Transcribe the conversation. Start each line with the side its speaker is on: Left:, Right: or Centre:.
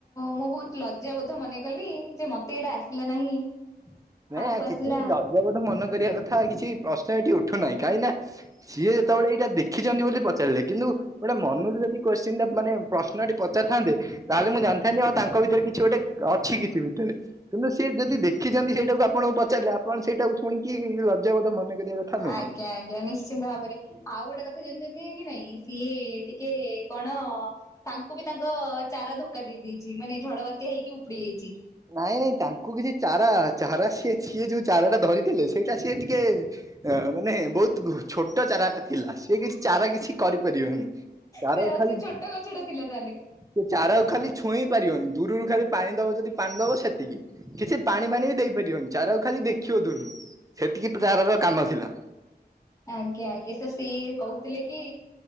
Left: ମୁଁ ବହୁତ ଲଜ୍ଜାବୋଧ ମନେ କଲି ଯେ ମତେ ଏଇଟା ଆସିଲା ନାହିଁ
Right: ନାଇଁ
Left: ତାଙ୍କୁ ଆସିଲା
Right: କିଛି ଲଜ୍ଜାବୋଧ ମନେ କରିବା କଥା କିଛି ପ୍ରଶ୍ନ ଏଠି ଉଠୁନାହିଁ କାହିଁକି ନା ସିଏ ଯେତେବେଳେ ଏଇଟା ଦେଖିଛନ୍ତି ବୋଲି ପଚାରିଲେ କିନ୍ତୁ ଗୋଟେ ମନୁରୁ ଯଦି କୋଶ୍ଚିନ୍ ଟା ମାନେ ପ୍ରଶ୍ନ ଟଟି ପଚାରଥାନ୍ତେ ତାହେଲେ ମୁଁ ଜାଣିଥାନ୍ତି ଆଉ ତାଙ୍କ ଭିତରେ କିଛି ଗୋଟେ ଅଛି କିଛି ଭିତରେ କିନ୍ତୁ ସେ ଯଦି ଦେଖିଛନ୍ତି ସେଇ ସେଇଟାକୁ ଆପଣଙ୍କୁ ପଚାରିଲେ ଆପଣ ସେଇଟାକୁ ଶୁଣିକି ଲଜ୍ଜାବୋଧ ମନେ କରିବା କଥା ନୁହଁ।
Left: ଆଜ୍ଞା ଆଜ୍ଞା ନିଶ୍ଚିନ୍ତ ଭାବରେ ଆଉ ଗୋଟେ କଥା ଜାଣିଛନ୍ତି କି ନାଇଁ? ସିଏ ଟିକେ କଣ ତାଙ୍କୁ ବି ତାଙ୍କ ଚାରା ଧୋକା ଦେଇ ଦେଇଛି ମାନେ ଝଡ ବାତ୍ୟା ହେଇକି ଉପୁଡି ଯାଇଛି।
Right: ନାଇଁ ନାଇଁ ତାଙ୍କୁ କିଛି ଚାରା ଚାରା ସିଏ ସିଏ ଯୋଉ ଚାରା ଟା ଧରିଥିଲେ ସେଇଟା ସିଏ ଟିକେ ଅ ମାନେ ବହୁତ ଛୋଟ ଚାରାଟା ଥିଲା ସେ କିଛି ଚାରା କିଛି କରିପାରିବେନି ତାର
Left: ସେ
Right: ଖାଲି
Left: ସେ ଛୋଟ ଗଛଟା ଥିଲା ତାହେଲେ
Right: ସେ ଚାରାକୁ ଖାଲି ଛୁଇଁ ପାରିବନି ଦୂରୁରୁ ଖାଲି ପାଣି ଦବ ଯଦି ପାଣି ଦବ ସେତିକି କିଛି ପାଣି ଫାଣି ବି ଦେଇପାରିବନି ଚାରକୁ ଖାଲି ଦେଖିବ ଦୂରୁରୁ ସେତିକି <unintelligible> କାମ ଥିଲା।
Left: ଆଜ୍ଞା ଆଜ୍ଞା ତ ସିଏ କହୁଥିଲେ କି